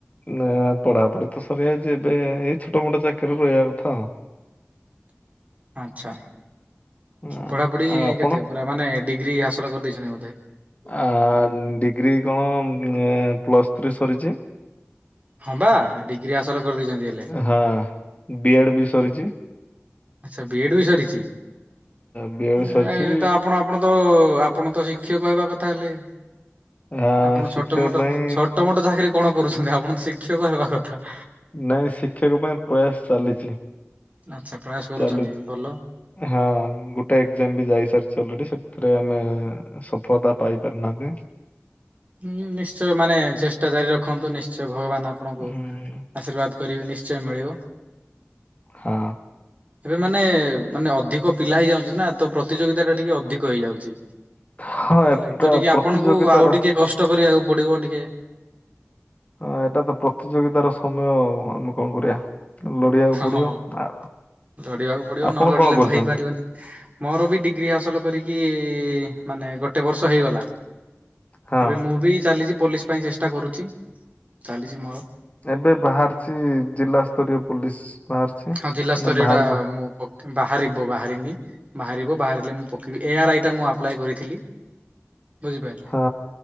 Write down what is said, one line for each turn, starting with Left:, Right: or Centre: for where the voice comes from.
Left: ନା ପଢାପଢି ତ ସରିଯାଇଛି, ଏବେ ଏଇ ଛୋଟ ମୋଟ ଚାକିରିରେ ରହିବା କଥାଉ
Right: ଆଚ୍ଛା,
Left: ଆଁ
Right: ପଢାପଢି
Left: ଆଉ ଆପଣ?
Right: କେତେ ପୁରା, ମାନେ ଡିଗ୍ରୀ ହାସଲ କରିଦେଇଛନ୍ତି ବୋଧେ।
Left: ଆ ଡିଗ୍ରୀ କଣ ପ୍ଲସ୍ ଥ୍ରୀ ସରିଛି।
Right: ହଁ ବା ଡିଗ୍ରୀ ହାସଲ କରିଦେଇଛନ୍ତି ହେଲେ
Left: ହଁ, ବିଏଡ୍ ବି ସରିଛି।
Right: ଆଚ୍ଛା, ବିଏଡ୍ ବି ସରିଛି,
Left: ବି ଏଡ୍
Right: ଏବେ
Left: ସରିଛି
Right: ତ ଆପଣ, ଆପଣ ତ ଆପଣ ତ ଶିକ୍ଷକ ହେବା କଥା ହେଲେ
Left: ଆ
Right: ଆପଣ
Left: ଶିକ୍ଷକ
Right: ଛୋଟ ମୋଟ
Left: ପାଇଁ
Right: ଛୋଟ ମୋଟ ଚାକିରି କଣ କରୁଛନ୍ତି ଆପଣ ତ ଶିକ୍ଷକ ହେବା କଥା।
Left: ନାଇଁ ଶିକ୍ଷକ ପାଇଁ ପ୍ରୟାସ ଚାଲିଛି।
Right: ଆଚ୍ଛା ପ୍ରୟାସ କରୁଛନ୍ତି
Left: ଚାଲି
Right: ଭଲ।
Left: ହଁ ଗୋଟେ ଏକ୍ଜାମ ବି ଯାଇ ସାରିଚି ଅଲରେଡି ସେଥିରେ ଆମେ ସଫଳତା ପାଇପାରନାହାନ୍ତି।
Right: ହୁଁ ନିଶ୍ଚୟ ମାନେ ଚେଷ୍ଟା ଜାରି ରଖନ୍ତୁ ନିଶ୍ଚୟ ଭଗବାନ ଆପଣଙ୍କୁ
Left: ହୁଁ
Right: ଆଶୀର୍ବାଦ କରିବେ ନିଶ୍ଚୟ ମିଳିବ।
Left: ହଁ।
Right: ଏବେ ମାନେ ମାନେ ଅଧିକ ପିଲା ହେଇଯାଉଛନ୍ତି ନା। ତ ପ୍ରତିଯୋଗିତା ଟା ଟିକେ ଅଧିକ ହେଇଯାଉଛି
Left: ହଁ
Right: ହେଲାକି
Left: ଏଟା
Right: ତ ଟିକେ
Left: ପ୍ରତିଯୋଗିତାର
Right: ଆପଣଙ୍କୁ ଆଉ ଟିକେ କଷ୍ଟ କରିବାକୁ ପଡିବ ଟିକେ।
Left: ହଁ ଏଟା ତ ପ୍ରତିଯୋଗିତାର ସମୟ ଆଉ ଆମେ କଣ କରିବା। ଲଢିବାକୁ ପଡିିବ।
Right: ହଁ
Left: ଆ
Right: ଲଢିବାକୁ ପଡିବ
Left: ଆପଣ
Right: ନ ଲଢିଲେ
Left: କଣ କରୁଛନ୍ତି?
Right: ତ ହେଇପାରିବନି। ମୋର ବି ଡିଗ୍ରୀ ହାସଲ କରିକି ମାନେ ଗୋଟେ ବର୍ଷ ହେଇଗଲା।
Left: ହଁ
Right: ଏବେ ମୁଁ ବି ଚାଲିଛି ପୋଲିସ ପାଇଁ ଚେଷ୍ଟା କରୁଛି ଚାଲିଛି ମୋର।
Left: ଏବେ ବାହାରିଛି ଜିଲ୍ଲା ସ୍ତରୀୟ ପୋଲିସ ବାହାରିଛି।
Right: ହଁ ଜିଲ୍ଲାସ୍ତରୀୟଟା
Left: ନା ବାହାରିବ
Right: ମୁଁ ପକ ବାହାରିବ ବାହାରିନି ବାହାରିବ ବାହାରିଲେ ମୁଁ ପକେଇବି। ଏ ଆର୍ ଆଇ ଟା ମୁଁ ଆପ୍ଲାଏ କରିଥିଲି। ବୁଝିପାରିଲି।
Left: ହଁ।